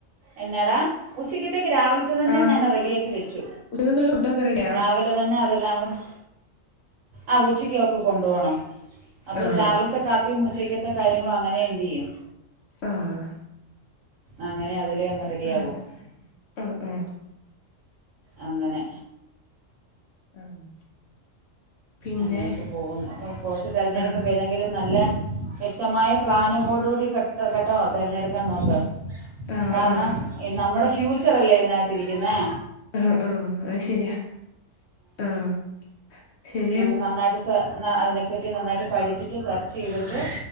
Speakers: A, on the right; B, on the left.
A: എന്നടാ ഉച്ചക്ക ത്തക്ക് രാവിലത്തതന്നെ
B: ആഹ്
A: ഞാൻ റെഡിയ ആാക്കി വെച്ചു
B: ഉച്ചക്കുള്ള ഫുഡൊക്കെ റെഡിയാ
A: രാവിലെ തന്നെ അതെല്ലാം കൂ- ആഹ് ഉച്ചക്ക് അവർക്ക് കൊണ്ട്പോണം അപ്പോ
B: ആഹ്
A: രാവിൽത്തെ കാപ്പിയും ഉച്ചക്ക ത്തെ കാര്യങ്ങളും അങ്ങനെ ന്ത്‌യ്യും
B: ആഹ്....
A: അങ്ങനെ അതിലെങ്ങ് റെഡിയാകും
B: ആഹ് ആഹ് ആഹ്
A: അങ്ങനെ
B: ആഹ് പിന്നെ
A: അങ്ങനെയൊക്കെ പോകുന്നു അപ്പോ കോഴ്സ് തെരഞ്ഞെടുക്കുമ്പ
B: ആഹ്
A: ഏതെങ്കിലും നല്ലെ വ്യക്തമായ പ്ലാനോടുകൂടി കട്ടോ കേട്ടോ തെരഞ്ഞെടുക്കാൻ നോക്ക്
B: ആഹ്
A: കാർണം
B: ആഹ്
A: നമ്മുടെ ഫ്യൂച്ചർ അല്ലേ ഇതിനകത്തിരിക്ന്നെ
B: ആഹ് ആഹ് അത്ശരിയാ ആഹ് ശര്
A: നന്ന നന്നായിട്ട് സ ന അതിനെപ്പറ്റി നന്നായിട്ട് പഠിച്ചിട്ട് സെർച്ച് ചെയ്തിട്ട്